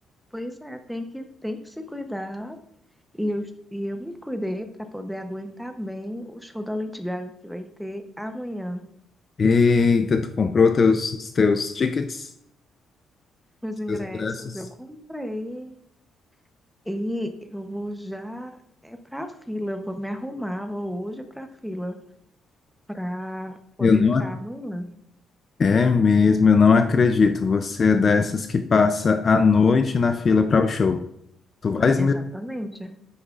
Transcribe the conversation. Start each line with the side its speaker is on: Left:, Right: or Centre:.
Centre: pois é, tem que, tem que se cuidar. E eu, e eu me cuidei pra poder aguentar bem o show da Lady Gaga que vai ter amanhã.
Left: Eita, tu comprou teus, os teus tickets,
Centre: Meus
Left: os
Centre: ingressos
Left: teus ingressos?
Centre: eu comprei e eu vou já é pra fila. Eu vou me arrumar, vou hoje pra fila pra poder
Left: Eu não
Centre: entrar amanhã.
Left: É mesmo, eu não acredito. Você é dessas que passa a noite na fila para o show. Tu vais
Centre: Exatamente.
Left: mesmo?
Centre: É,